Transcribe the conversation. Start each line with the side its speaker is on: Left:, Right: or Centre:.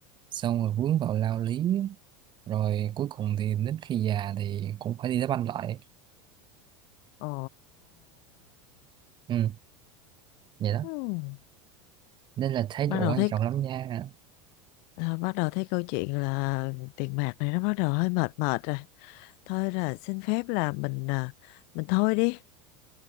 Right: xong rồi vướng vào lao lý rồi cuối cùng thì đến khi già thì cũng phải đi đá banh lại
Left: Ồ,
Right: ừ vậy đó
Left: ừm,
Right: nên là thái
Left: bắt
Right: độ
Left: đầu
Right: quan
Left: thấy
Right: trọng lắm nha
Left: à, bắt đầu thấy câu chuyện là tiền bạc này nó bắt đầu hơi mệt mệt rồi. Thôi là xin phép là mình à, mình thôi đi.